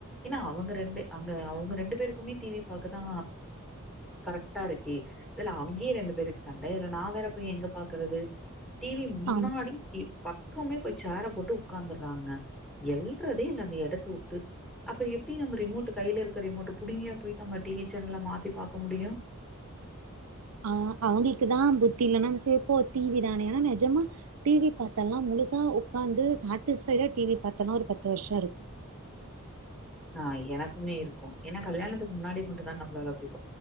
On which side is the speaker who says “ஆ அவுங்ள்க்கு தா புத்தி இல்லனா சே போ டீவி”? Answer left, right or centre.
Right